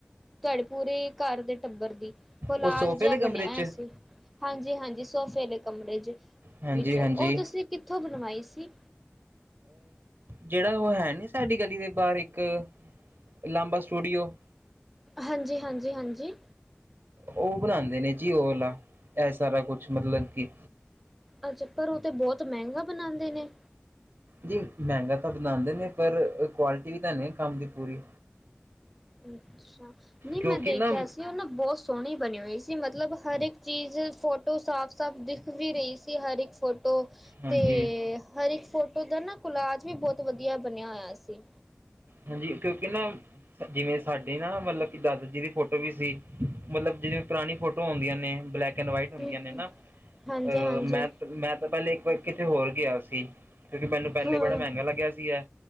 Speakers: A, in the centre; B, on the right (about 55°).
A: ਤੁਹਾਡੇ ਪੂਰੇ ਘਰ ਦੇ ਟੱਬਰ ਦੀ ਕੋਲਾਜ
B: ਉਹ ਸੋਫੇ
A: ਜਿਹਾ
B: ਦੇ ਕਮਰੇ
A: ਬਣਿਆ
B: 'ਚ
A: ਹੋਇਆ ਸੀ, ਹਾਂਜੀ-ਹਾਂਜੀ ਸੋਫੇ ਦੇ ਕਮਰੇ ਚ
B: ਹਾਂਜੀ-ਹਾਂਜੀ।
A: ਵਿੱਚੋਂ ਉਹ ਤੁਸੀਂ ਕਿੱਥੋਂ ਬਨਵਾਈ ਸੀ?
B: ਜਿਹੜਾ ਉਹ ਹੈ ਨਹੀਂ ਸਾਡੀ ਗਲੀ ਦੇ ਬਾਹਰ ਇੱਕ, ਲਾਂਬਾ ਸਟੂਡੀਓ।
A: ਹਾਂਜੀ, ਹਾਂਜੀ, ਹਾਂਜੀ।
B: ਓ ਬਣਾੰਦੇ ਨੇ ਜੀ ਉਅਲਾ, ਇਹ ਸਾਰਾ ਕੁਛ ਮਤਲਬ ਕਿ
A: ਅੱਛਾ, ਪਰ ਓ ਤਾਂ ਬੋਤ ਮੈਂਗਾ ਬਨਾਂਦੇ ਨੇ।
B: ਜੀ ਮੈਂਗਾ ਤਾਂ ਬਨਾਂਦੇ ਨੇ ਪਰ, ਕੁਆਲਟੀ ਵੀ ਤਾਂ ਨਈ ਕੰਮ ਦੀ ਪੂਰੀ।
A: ਅੱਛਾ ਨੀ
B: ਕਿਉਂਕਿ
A: ਮੈਂ ਦੇਖੇਆ
B: ਨਾ
A: ਸੀ। ਨੀ ਓਨਾ ਨਾ ਬੋਤ ਸੋਣੀ ਬਨੀ ਹੋਈ ਸੀ, ਮਤਲਬ ਹਰ ਇੱਕ ਚੀਜ਼ ਫੋਟੋ ਸਾਫ, ਸਾਫ਼ ਦਿਖ ਵੀ ਰਈ ਸੀ <unintelligible> ਹਰ ਇੱਕ ਫੋਟੋ।
B: ਹਾਂਜੀ
A: ਤੇ, ਹਰ ਇੱਕ ਫੋਟੋ ਦਾ ਨਾ ਕੁਲਾਜ ਵੀ ਬੋਤ ਵਦੀਆ ਬਨੇਆ ਹੋਏਆ ਸੀ।
B: ਹਾਂਜੀ, ਕੇਓ ਕਿ ਨਾ ਜ ਜਿਵੇਂ ਸਾਡੀ ਨਾ ਮਤਲਬ ਕਿ ਦਾਦੂ ਜੀ ਦੀ ਫੋਟੋ ਵੀ ਸੀ, ਮਤਲਬ ਜਿਵੇਂ ਪਰਾਨੀ ਫੋਟੋਆ ਹੂੰਦੀਆਂ ਨੇ। ਬਲੈਕ ਐਂਡ ਵਾਈਟ ਹੁੰਦੀਆਂ
A: ਹੂੰ-ਹੂੰ,
B: ਨੇ ਨਾ, ਅ
A: ਹਾਂਜੀ-ਹਾਂਜੀ,
B: ਮੈਂ, ਮੈਂ ਤਾ ਪੈਲੇ ਇੱਕ ਕਿਤੇ ਹੋਰ ਗੇਆ ਸੀ, ਕੇਓ ਕੇ ਮੈਨੂੰ ਪੈਲੇ
A: ਹਾਂ,
B: ਬੜਾ ਮ੍ਹੈਂਗਾ ਲੱਗੇਆ ਸੀ ਐ